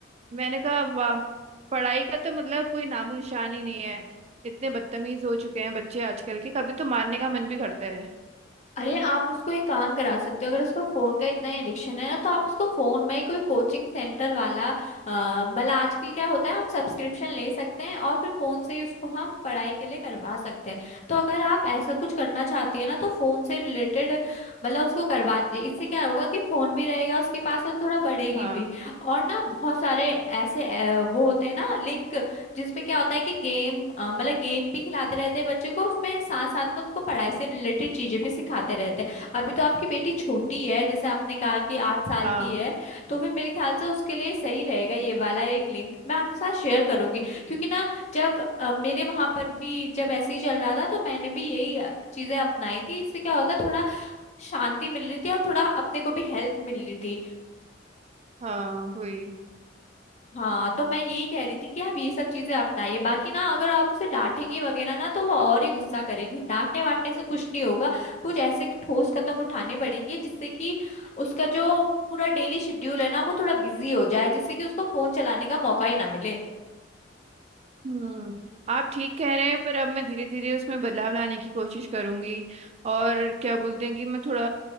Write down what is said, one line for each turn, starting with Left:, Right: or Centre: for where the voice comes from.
Right: मैंने कहा वाह पढ़ाई का तो मतलब कोई नामो निशान ही नहीं है इतने बदतमीज हो चुके हैं बच्चे आजकल के कभी तो मारने का मन भी करता है
Left: अरे आप उसको एक काम करा सकते हो अगर उसको फोन का इतना एडिक्शन है ना तो आप उसको फोन में कोई कोचिंग सेंटर वाला अ, मतलब आजकल क्या होता है हम सब्सक्रिप्शन ले सकते हैं और फिर फोन से ही उसको हम पढ़ाई के लिए करवा सकते हैं तो अगर आप ऐसा कुछ करना चाहती है ना तो फोन से रिलेटेड मतलब उसको करवा दीजिए इससे क्या होगा कि फोन भी रहेगा उसके पास और थोड़ा बढ़ेगी
Right: हाँ
Left: भी और ना बहुत सारे ऐसे अ, वो होते हैं ना लिंक जिसमें क्या होता है कि गेम अ, मतलब गेम भी खिलाते रहते हैं बच्चे को उसमें साथ साथ में उनको पढ़ाई से रिलेटेड चीजें भी सिखाते रहते हैं अभी तो आपकी बेटी छोटी है जैसे आपने कहा कि आठ साल
Right: हाँ
Left: की है तो फिर मेरे ख्याल से उसके लिए सही रहेगा ये वाला एक लिंक मैं आपके साथ शेयर करूंगी क्योंकि ना जब अ, मेरे वहां पर भी जब ऐसे ही चल रहा था तो मैंने भी यही अ, चीजें अपनाई थी इससे क्या होता है थोड़ा शांति मिल रही थी और थोड़ा अपने को भी हेल्प मिल रही थी
Right: हाँ वही
Left: हाँ तो मैं यही कह रही थी कि आप ये सब चीजें अपनाइए बाकी ना अगर आप उसे डांटेंगी वगैरह ना तो वो और ही गुस्सा करेगी डांटने वाटने से कुछ नहीं होगा कुछ ऐसे ठोस कदम उठाने पड़ेंगे जिससे कि उसका जो पूरा डेली शेड्यूल है ना वो थोड़ा बिजी हो जाए जिससे कि उसको फोन चलाने का मौका ही ना मिले
Right: हम्म आप ठीक कह रहे हैं पर अब मैं धीरे धीरे उसमें बदलाव लाने की कोशिश करूंगी और क्या बोलते हैं कि मैं थोड़ा